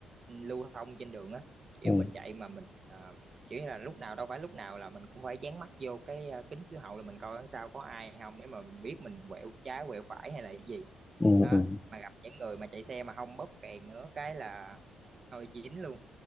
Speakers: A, on the right (about 40°); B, on the left (about 20°).
A: lưu thông trên đường á, kiểu
B: ừ,
A: mình chạy mà mình ờ, kiểu như là lúc nào đâu phải lúc nào là mình cũng phải dán mắt vô cái ờ, kính chiếu hậu là mình coi đằng sau có ai không để mà mình biết mình quẹo trái quẹo phải hay là cái gì.
B: ừ,
A: Đó,
B: ừ.
A: mà gặp những người mà chạy xe mà không bóp kèn nữa cái là thôi dính luôn.